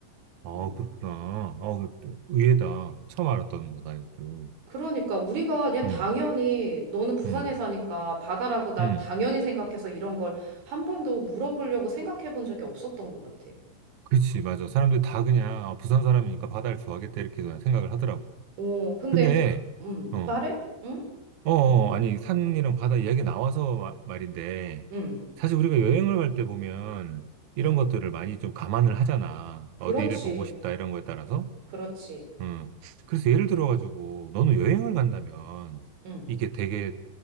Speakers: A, on the right (about 85°); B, on the right (about 65°).
A: 아,
B: 음.
A: 그렇구나. 아, 그또 의외다. 처음 알았던 거다, 이것도.
B: 그러니까 우리가 그냥 당연히
A: 음,
B: 너는 부산에
A: 음,
B: 사니까 바다라고 난
A: 음.
B: 당연히 생각해서 이런 걸 한 번도 물어보려고 생각해 본 적이 없었던 것 같아.
A: 그렇지, 맞아. 사람들이 다 그냥, 아, 부산 사람이니까 바다를 좋아하겠다, 이렇게 그냥 생각을 하더라고.
B: 어, 근데
A: 근데,
B: 음,
A: 어,
B: 말해? 응?
A: 어, 어, 아니, 산이랑 바다 이야기 나와서 마- 말인데,
B: 응.
A: 사실 우리가 여행을 갈 때 보면 이런
B: 응.
A: 것들을 많이 좀 감안을 하잖아.
B: 그렇지.
A: 어디를 보고 싶다, 이런 거에 따라서.
B: 그렇지.
A: 음. 그래서 예를 들어가지고, 너는 여행을 간다면,
B: 응.
A: 이게 되게